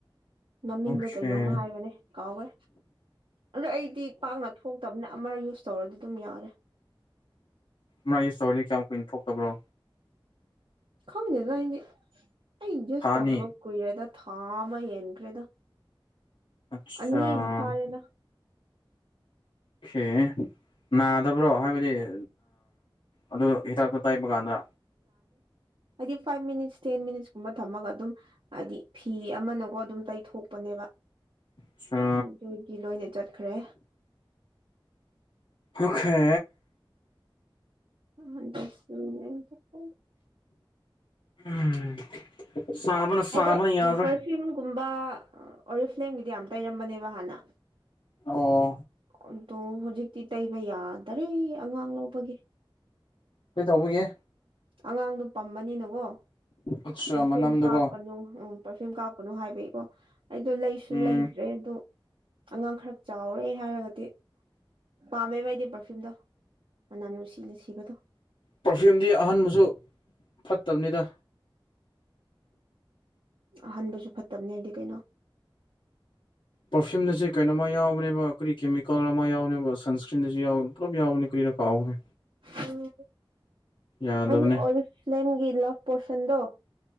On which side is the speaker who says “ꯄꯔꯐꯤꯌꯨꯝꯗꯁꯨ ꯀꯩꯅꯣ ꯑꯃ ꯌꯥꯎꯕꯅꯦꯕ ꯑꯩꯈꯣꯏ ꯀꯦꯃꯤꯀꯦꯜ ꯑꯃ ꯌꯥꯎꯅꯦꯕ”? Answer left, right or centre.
Left